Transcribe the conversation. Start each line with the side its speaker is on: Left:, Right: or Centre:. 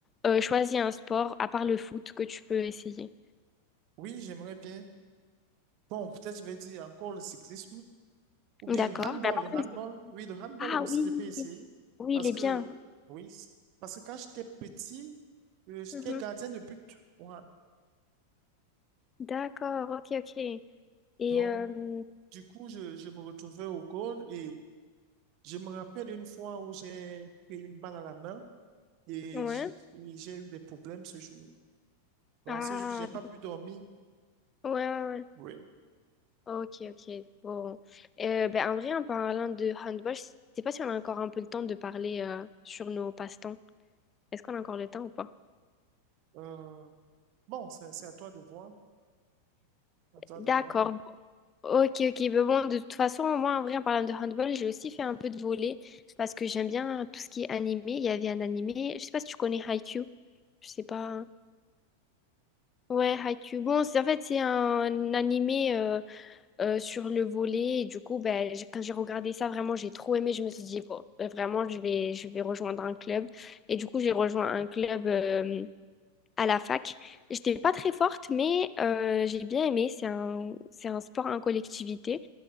Left: euh, choisis un sport, à part le foot, que tu peux essayer.
Right: oui, j'aimerais bien. Bon, peut-être je vais dire encore le cyclisme ou
Left: D'accord.
Right: bien le handball.
Left: Mais à part
Right: Le
Left: le-
Right: handball,
Left: foot.
Right: oui, le handball
Left: Ah
Right: aussi,
Left: oui,
Right: je peux essayer
Left: oui,
Right: parce
Left: il est
Right: que,
Left: bien.
Right: oui, c- parce que quand j'étais petit, euh, j'étais
Left: Mhm.
Right: gardien de but. au hand.
Left: D'accord, ok, ok. Et,
Right: Donc,
Left: euh,
Right: du coup, je, je me retrouvais au goal et je me rappelle une fois où j'ai pris une balle à la main et
Left: ouais.
Right: j- et j'ai eu des problèmes ce jour. Donc,
Left: Ah,
Right: ce jour, j'ai pas pu dormir.
Left: ouais, ouais, ouais.
Right: Oui.
Left: Ok, ok. Bon. Euh, ben, en vrai, en parlant de handball, je sais pas si on a encore un peu le temps de parler euh, sur nos passe-temps. Est-ce qu'on a encore le temps ou pas?
Right: Euh, bon, c'est c'est à toi de voir. À toi
Left: D'accord.
Right: de voir.
Left: Ok, ok. Mais bon, de toute façon, moi, en vrai, en parlant de handball, j'ai aussi fait un peu de volley parce que j'aime bien tout ce qui est animé. Il y avait un animé, je sais pas si tu connais Haikyuu. Je sais pas. Ouais, Haikyuu. Bon, c'est en fait, c'est un animé euh, euh, sur le volley. Et du coup, ben, j'ai- quand j'ai regardé ça, vraiment, j'ai trop aimé. Je me suis dit, bon, ben, vraiment, je vais, je vais rejoindre un club. Et du coup, j'ai rejoint un club euh, à la fac. J'étais pas très forte, mais euh, j'ai bien aimé. C'est un, c'est un sport en collectivité.